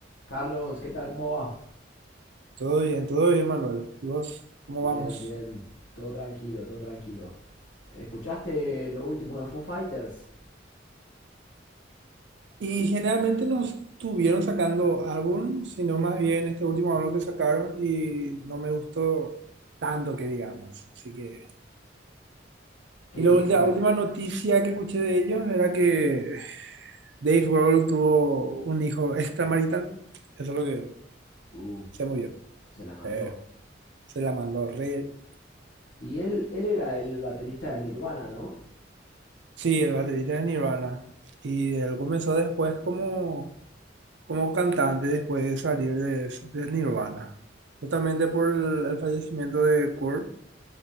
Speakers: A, on the left; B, on the right.
A: Carlos, ¿qué tal? ¿Cómo va?
B: Todo bien, todo bien, Manuel. ¿Y vos, cómo
A: Bien,
B: vamos?
A: bien. Todo tranquilo, todo tranquilo. ¿Escuchaste lo último de Foo Fighters?
B: Y generalmente no estuvieron sacando álbum, sino más bien este último álbum que sacaron y no me gustó tanto que digamos. Así que...
A: Que,
B: Y la ulti-
A: que...
B: la última noticia que escuché de ellos era que Dave Grohl tuvo un hijo extramarital. Eso es lo que
A: Uh,
B: se murió.
A: se la mandó.
B: Eh, se la mandó re...
A: Y él, él era el baterista de Nirvana, ¿no?
B: Sí, el baterista de Nirvana. Y él comenzó después como como cantante después de salir de, de Nirvana. Justamente por el, el fallecimiento de Kurt,